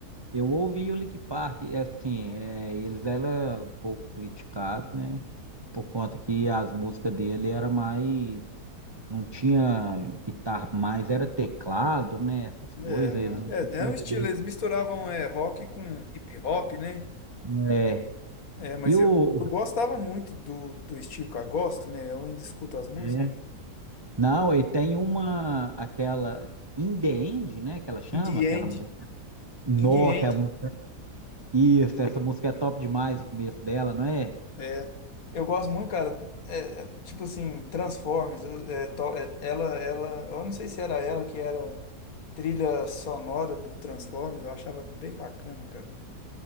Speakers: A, on the right (about 25°); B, on the left (about 60°).
A: eu ouvi o Linkin Park, e, assim, é, eles eram um pouco criticados, né? Por conta que as músicas dele era mais, não tinha guitarra mais, era teclado, né? Essas
B: É,
A: coisas,
B: né?
A: eles não tinham
B: É, é
A: muita
B: um estilo,
A: habilidade.
B: eles misturavam é, rock com hip hop, né?
A: né?
B: É, mas
A: E o.
B: eu, eu gostava muito do, do estilo que eu gosto, né? Eu ainda escuto as músicas.
A: É. Não, e tem uma. Aquela. In the End, né? Que ela chama,
B: Indie
A: aquela
B: End.
A: música. Nó,
B: Indie End.
A: que é a música. Isso, essa música é top demais, o começo dela, não é?
B: É. Eu gosto muito, cara. É, é, tipo assim, Transformers. eu- é, to- é, ela, ela. Eu não sei se era ela que era trilha sonora do Transformers. Eu achava bem bacana, cara.